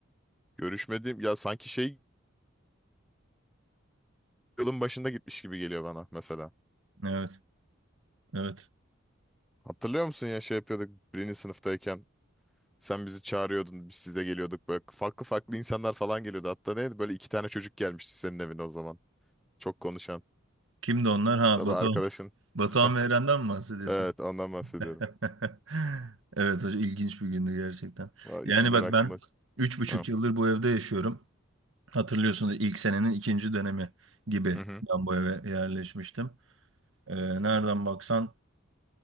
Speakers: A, in the centre; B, on the right.
A: görüşmediğim ya sanki şey yılın başında gitmiş gibi geliyor bana mesela.
B: Evet, evet.
A: Hatırlıyor musun ya şey yapıyorduk birinci sınıftayken sen bizi çağırıyordun biz size geliyorduk böyle farklı farklı insanlar falan geliyordu. Hatta neydi böyle iki tane çocuk gelmişti senin evine o zaman. Çok konuşan.
B: Kimdi onlar? Ha,
A: Tabii
B: Batuhan.
A: arkadaşın.
B: Batuhan
A: <laughs>
B: ve Eren'den mi bahsediyorsun?
A: Evet ondan bahsediyorum.
B: <laughs> Evet, hocam, ilginç bir gündü gerçekten.
A: Aa,
B: Yani
A: İsimler
B: bak
A: aklımda.
B: ben üç buçuk
A: Hı
B: yıldır bu evde yaşıyorum. Hatırlıyorsunuz ilk senenin ikinci dönemi gibi
A: hı. hı.
B: ben bu eve yerleşmiştim. Ee, nereden baksan